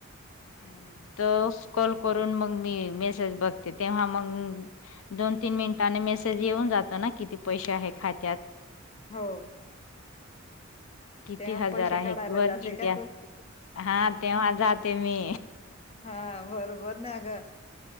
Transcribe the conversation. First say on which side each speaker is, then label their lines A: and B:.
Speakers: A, on the left; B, on the left.
A: हम्म.
B: त ऊस कॉल करून मग मी मेस च बघते. तेव्हा मग दोन तीन मिनिटांनी मेसेज येऊन जातो ना, किती पैसे आहे खात्या त्यात
A: हो.
B: किती
A: तेव्हा
B: हजार
A: पैसे
B: आहेत
A: काढायला
B: वर
A: जाते
B: की
A: का
B: त्या,
A: तू
B: हा तेव्हा जाते मी.
A: हा बरोबर ना ग